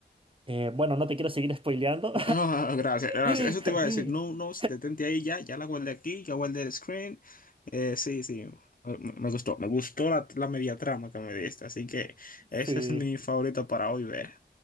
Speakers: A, on the right; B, on the left.
A: eh, bueno, no te quiero seguir spoileando.
B: Ah, gracias, gracias.
A: <laughs>
B: Eso te iba a decir. No, no, detente ahí ya. Ya la guardé aquí, ya guardé el screen. Eh, sí, sí. Me, me gustó. Me gustó la, la media trama que me diste. Así que esa
A: Sí,
B: es mi favorita para hoy ver.